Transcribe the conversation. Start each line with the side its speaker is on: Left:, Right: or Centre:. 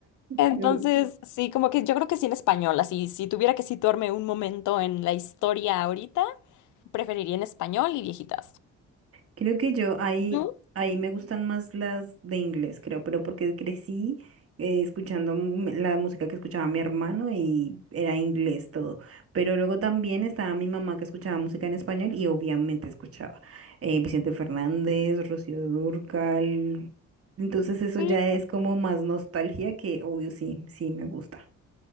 Left: Entonces,
Right: Creo,
Left: sí, como que yo creo que sí en español, así, si tuviera que situarme un momento en la historia ahorita, preferiría en español y viejitas.
Right: Creo que yo ahí,
Left: ¿Tú?
Right: ahí me gustan más las de inglés, creo, pero porque crecí eh, escuchando mu- la música que escuchaba mi hermano y era inglés todo. Pero luego también estaba mi mamá que escuchaba música en español y obviamente escuchaba eh, Vicente Fernández, Rocío Dúrcal. Entonces eso
Left: Sí.
Right: ya es como más nostalgia que obvio sí, sí me gusta.